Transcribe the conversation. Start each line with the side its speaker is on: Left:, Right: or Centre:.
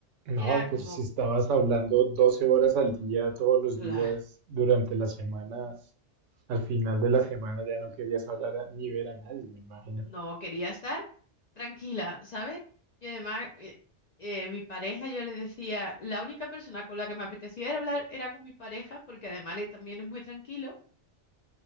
Right: No,
Left: Era
Right: pero
Left: como,
Right: si estabas hablando 12 horas al día, todos los
Left: claro.
Right: días, durante la semana, al final de la semana ya no querías hablar a- ni ver a nadie, me imagino.
Left: No, quería estar tranquila, ¿sabes? Y además, eh, eh, mi pareja, yo le decía, la única persona con la que me apetecía era hablar era con mi pareja, porque además él también es muy tranquilo.